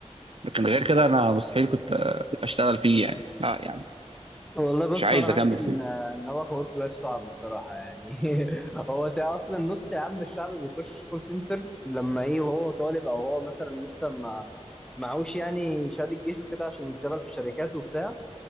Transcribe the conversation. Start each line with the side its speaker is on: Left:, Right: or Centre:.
Right: لكن غير كده انا مستحيل كنت آه، اشتغل فيه يعني لا يعني
Centre: والله بص
Right: مش عايز
Centre: هو انا معاك
Right: اكمل
Centre: ان
Right: فيه
Centre: ان هو حوار لايف صعب الصراحه يعني <laughs> هو تع- اصلا نص يا عم الشعب بيخش كول سنتر لما ايه وهو طالب او هو مثلا لسه ما معهوش يعني شهاده الجيش وكده عشان يشتغل في شركات وبتاع